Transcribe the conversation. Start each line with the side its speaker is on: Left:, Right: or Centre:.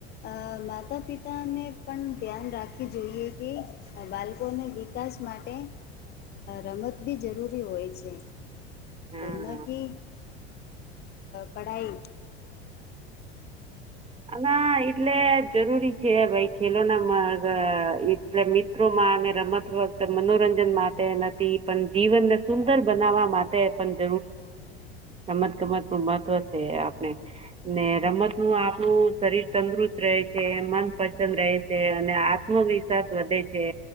Left: અ માતા પિતા ને પણ ધ્યાન રાખવી જોઈએ કે બાળકોને વિકાસ માટે રમત બી જરૂરી હોય છે.
Right: હા
Left: ન કે પઢાઈ
Right: અને એટલે જરૂરી છે ભાઈ ખેલોનાગ એટલે મિત્રોમાં રમતત મનોરંજન માટે નથી પણ જીવનને સુંદર બનાવવા માટે પણ જ રમત ગમત નું મહત્વ છે આપણે રમત નું આપું શરીર તંદુરસ્ત રહે છે મન પ્રસન્ન રહે છે અને આત્મવિશ્વાસ વધે છે.